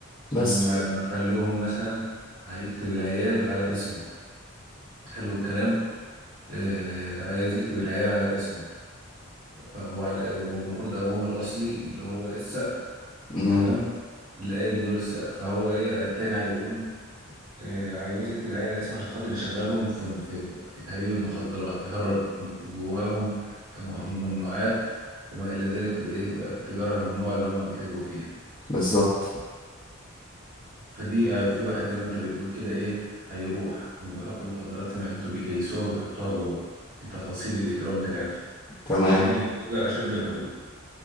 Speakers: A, on the left; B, on the right.
A: بس
B: هم ما خلوهم مثلا هيكتب العيال على اسمه حلو الكلام آه عايز يكتب العيال على اسمه ف- وعلى- والمفروض ابوهم الاصلي اللي هو السقا
A: مم.
B: تمام اللي قايم بدور السقا فهو ايه التاني هيقوم آه، عاوز يكتب العيلة الاسم عشان خاطر يشغلهم في في في تهريب المخدرات يهرب جواهم مخ- ممنوعات وما إلى ذلك في الإيه في التجارة الممنوعة اللي هم بيتاجروا فيها
A: بالظبط
B: فدي آه، في واحد زي ما أنت بتقول كده إيه هيروح هم بيحطوا المخدرات في معدته بيكيسوها وبيحطوها جوه دي تفاصيل الإجرام بتاعتهم
A: تمام
B: مجرمين بدرجة أشد الحدود